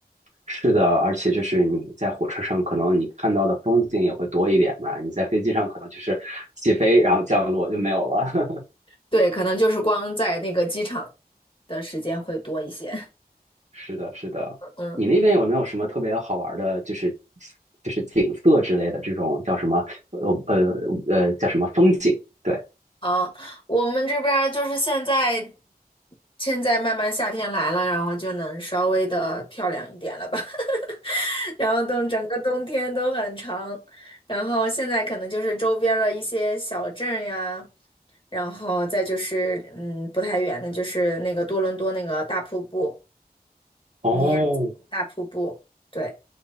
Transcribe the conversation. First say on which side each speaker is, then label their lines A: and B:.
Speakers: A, on the right; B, on the left.
A: 是的，而且就是你在火车上，可能你看到的风景也会多一点嘛，你在飞机上可能就是起飞然后降落就没有了。
B: 对，可能就是光在那个机场的时间会多一些。
A: 是的，是的。
B: <laughs> 嗯
A: 你那边有没有什么特别好玩儿的，就是就是景色之类的这种叫什么？呃呃呃，叫什么风景？对，
B: 啊，我们这边儿就是现在，现在慢慢夏天来了，然后就能稍微的漂亮一点了吧。<laughs> 然后等整个冬天都很长，然后现在可能就是周边儿的一些小镇呀。然后再就是，嗯，不太远的，就是那个多伦多那个大瀑布，
A: 哦
B: 尼亚大瀑布，对，